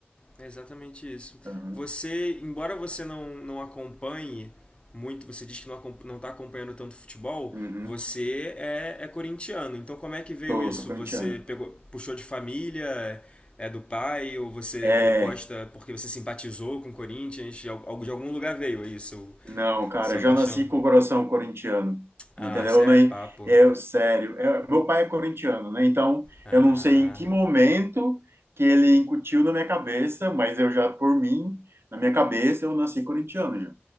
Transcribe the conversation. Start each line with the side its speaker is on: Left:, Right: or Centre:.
Left: É exatamente isso.
Right: Aham.
Left: Você, embora você não, não acompanhe muito, você diz que não, acom- não está acompanhando tanto futebol,
Right: Uhum.
Left: você é, é corintiano. Então como é que veio
Right: Sou,
Left: isso?
Right: sou corintiano.
Left: Você pegou, puxou de família, é do pai, ou você
Right: É,
Left: go- gosta porque você simpatizou com o Corinthians? De, al- de algum lugar veio isso
Right: Não, cara,
Left: sua
Right: já
Left: paixão?
Right: nasci com o coração corintiano,
Left: Ah,
Right: entendeu?
Left: isso é
Right: Nem
Left: papo.
Right: eu, sério. é, meu pai é corintiano, né? Então,
Left: Ah,
Right: eu não sei em que momento que ele incutiu na minha cabeça, mas eu já, por mim, na minha cabeça, eu nasci corintiano já.